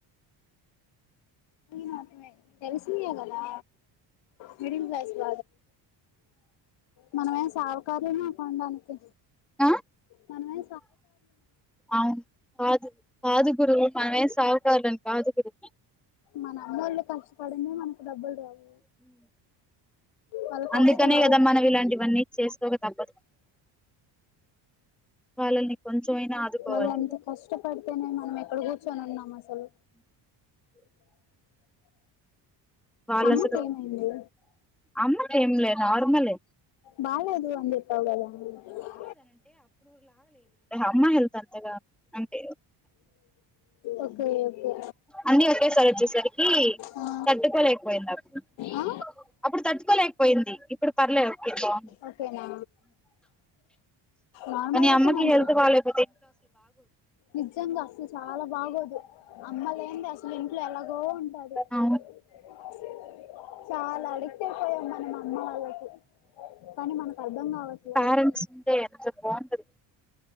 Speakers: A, on the left (about 85°); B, in the centre.
A: మా తెలుసిన అగదా విరింద వయస్బ మనమేం సావకదుమ కొనడానికి
B: ఆ
A: మనమే
B: అవును కాదు కాదు గురు పనవే సాగుగారుడన్ కాదు గురు
A: మన అమ్మోళ్ళు కష్టపడిందే మనకు డబ్బులు రావు వాళ్ళ కష్టం
B: అందుకనే
A: వాళ్ళ
B: కదా మనం ఇలాంటివన్నీ చేసుకోక తప్పదు వాళ్ళని కొంచెమైనా ఆదుకోవాలి
A: వాళ్ళు అంత కష్టపడితేనే మనం ఎక్కడ కూర్చొని ఉన్నాం అసలు
B: వాళ్ళు
A: అమ్మకు
B: అసలు
A: ఏమైంది
B: అమ్మకి ఏంలే నార్మలే
A: బాలేదు అని చెప్పావు గదా నువ్వు
B: అమ్మా హెల్త్ అంతగా అంటే
A: ఓకే ఓకే
B: అన్నీ ఒకేసారి వచ్చేసరికి
A: ఆ
B: తట్టుకోలేకపోయింది అప్పుడు
A: ఆ
B: అప్పుడు తట్టుకోలేకపోయింది ఇప్పుడు పర్లేదు ఓకే బాగుంది
A: ఓకేనా నార్మల్
B: కానీ నీ
A: అయితే
B: అమ్మకి
A: మంచి
B: హెల్త్ బాలేదు
A: నిజంగా అసలు చాలా బాగొదు అమ్మా అసలు ఇంట్లో ఎలాగో ఉంటది
B: అవును
A: అే చాలా అడిక్ట్ అయిపోయాం మనం అమ్మ వాళ్ళకి కానీ మనకు అర్ధం కావట్లేదు
B: పేరెంట్స్ ఉంటే ఎంత బాగుంటది